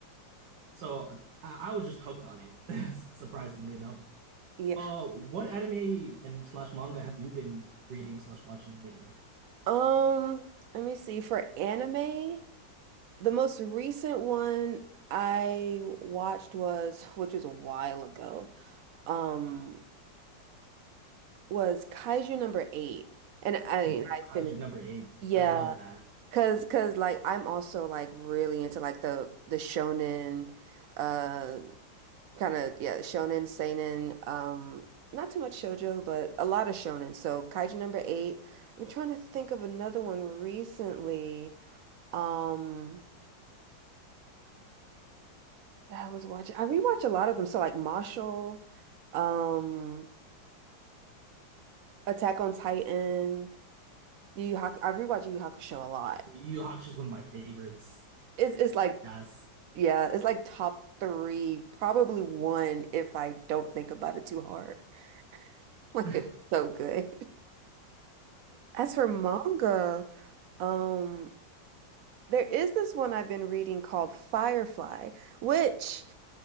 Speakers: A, on the right; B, on the right.
A: so I, I was just hooked on it, <laughs> surprisingly enough.
B: yeah.
A: Uh,
B: Yeah.
A: what anime and slash manga have you been reading slash watching lately?
B: Um, let me see. For anime, the most recent one I watched was, which was a while ago. Um, was Kaiju number eight. And I
A: Ooh,
B: I
A: Kaiju
B: finished.
A: number eight.
B: Yeah.
A: I love that.
B: Cause cause like I'm also like really into like the the shonen uh kind of yeah, shonen, seinen, um not too much shoujo, but a lot of shonen. So Kaiju number eight. I'm trying to think of another one recently. Um that I was watching. I rewatch a lot of them. So like Marshall, um Attack on Titan, Yu Yu Haku I rewatch Yu Yu Hakusho a lot.
A: Yu Yu Hakusho is one of my favorites.
B: It's it's like
A: Yes.
B: Yeah, it's like top three, probably one if I don't think about it too hard. <laughs> Like
A: <laughs>
B: it's so good. As for manga, um, there is this one I've been reading called Firefly, which